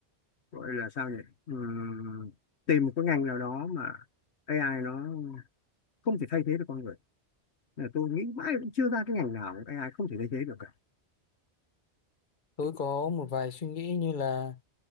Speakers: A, on the left; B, on the left.
A: gọi là sao nhỉ Ừm, tìm một cái ngành nào đó mà AI nó không thể thay thế được con người là tôi nghĩ mãi cũng chưa ra cái ngành nào mà AI không thể thay thế được cả
B: tôi có một vài suy nghĩ như là